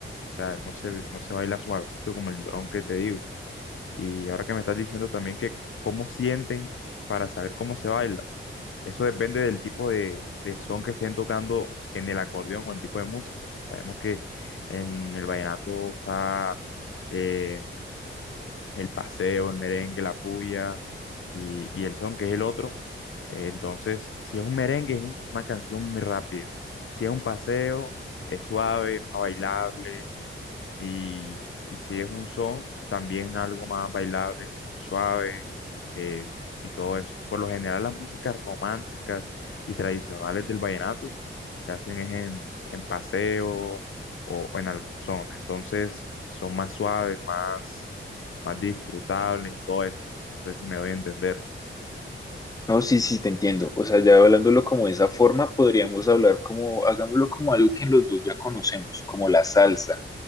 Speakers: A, on the left; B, on the left.
A: o sea, no se, no se baila suavecito como el llorón que te digo. Y ahora que me estás diciendo también que cómo sienten para saber cómo se baila, eso depende del tipo de, de son que estén tocando en el acordeón o el tipo de música. Sabemos que en el vallenato está... eh, el paseo, el merengue, la puya y, y el son, que es el otro. Eh, entonces, si es un merengue, es un- una canción muy rápida. Si es un paseo, es suave, más bailable. Y, y si es un son, también algo más bailable, suave eh, y todo eso. Por lo general, las músicas románticas y tradicionales del vallenato se hacen es en, en paseo o, o en algún son. Entonces, son más suaves, más más disfrutables y todo eso. No sé si me doy a entender.
B: No, sí, sí, te entiendo. O sea, ya hablándolo como de esa forma, podríamos hablar como, hagámoslo como algo que los dos ya conocemos, como la salsa